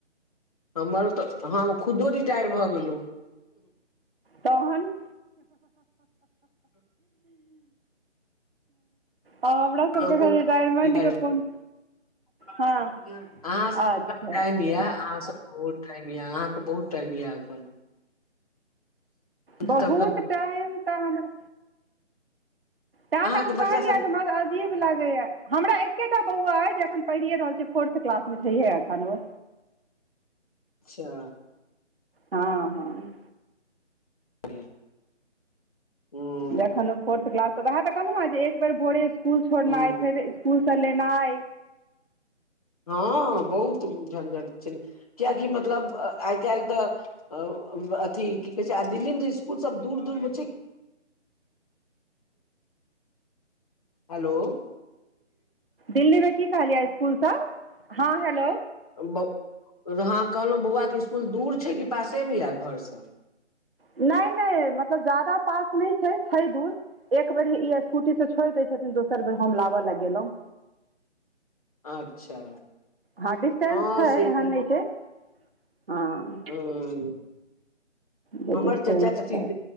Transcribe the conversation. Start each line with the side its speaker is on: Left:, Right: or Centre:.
Left: हमर तऽ हम खुदो रिटायर भऽ गेलु
Right: तहन हमरा सबके
Left: हमहुँ
Right: एखन रिटायरमेंट
Left: रिटायर
Right: के कोन
Left: अहाँ
Right: हँ
Left: सब
Right: अच्छा
Left: टाइम
Right: अच्छा
Left: य अहाँ सब टाइम यऽ अहाँके बहुत टाइम य अपन
Right: बहुत
Left: सबके
Right: टाइम तऽ हमरा ते
Left: अहाँके
Right: तऽ हम
Left: बच्चा
Right: कहलिय
Left: सब
Right: अी लागेया हमरा एकेटा बौआ अ जेखन पढ़िए रहल छी फोर्थ क्लास में छैहे एखन ओ
Left: अच्छा
Right: हँ हँ
Left: ज हं
Right: जखन फोर्थ क्लास तऽ उएह तऽलहु ने जे एक बेर भोरे इसकुल छोड़नाइ
Left: हूं
Right: छै तऽ फकूलसँ लेनाइ
Left: हँ बहुत झंझट छय ने कियाकि मतलब आइ काल्ह तऽ अथी की कहे छय आ दिल्ली में स्कूल सब दूर दूर मे छै हेलो
Right: दिल्लीमे की कहलिऐ इसकुलसँ हँ हेलो
Left: ब हँ कहलहु बौआ के इसकुल दूर छै कि पासे में य घर से
Right: नय नय मतलब ज्यादा पास नहि छै छै दूर एक बेर ई स्कूटी छोड़ दय छथिन दोसर बेर हम लाबऽ लग गेलहुँ
Left: अच्छा
Right: हँ डिस्टेन्स
Left: हँ
Right: छै
Left: से
Right: एहन
Left: तऽ
Right: नहि छय हँ
Left: हं
Right: जे
Left: हमर
Right: डिस्टेंस
Left: चाचा चची
Right: छै